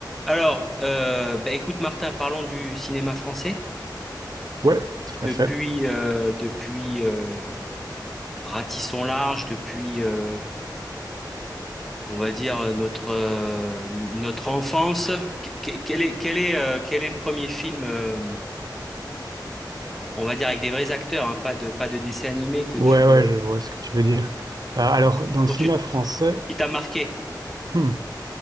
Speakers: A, in the centre; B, on the right.
A: Alors, euh, bah, écoute Martin, parlons du cinéma français.
B: Ouais, tout
A: Depuis,
B: à fait.
A: euh, depuis euh, Ratisson Large, depuis, euh, on va dire, euh, notre, euh, notre enfance, que- que- quel est, quel est, euh, quel est le premier film, euh, on va dire, avec des vrais acteurs, hein, pas de, pas de dessin animé que
B: Ouais,
A: tu,
B: ouais,
A: euh,
B: je vois ce que tu veux dire. Euh, alors, dans le
A: dont
B: cinéma
A: tu,
B: français,
A: qui t'a marqué?
B: hmm,